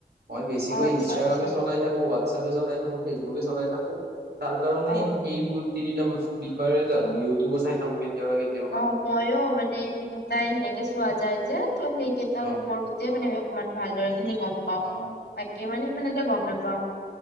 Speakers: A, on the right; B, on the left.
A: মই বেছি- তিকো
B: অ' আচ্ছা
A: ইনষ্টাগ্ৰামে
B: আচ্ছা
A: চলাই থাকো, হোৱাটছাপে চলাই থাকো, ফেচবুকে চলাই থাকো। তাৰ কাৰণে
B: অ'
A: এইবোৰ তিনিটা বস্তু বিষয়ে জানো, ইউটিউবো চাই থাকো কেতিয়াবা কেতিয়াবা।
B: অহ মইও
A: আৰু
B: মানে এইতিনিটাই সেনেকে চোৱা যায় যে তো সেইকেইটাৰ
A: অ
B: ওপৰতে মানে- অকমান ভালদৰে খিনি গম পাওঁ,
A: অ
B: বাকী মানে সিমান এটা গম নাপাওঁ।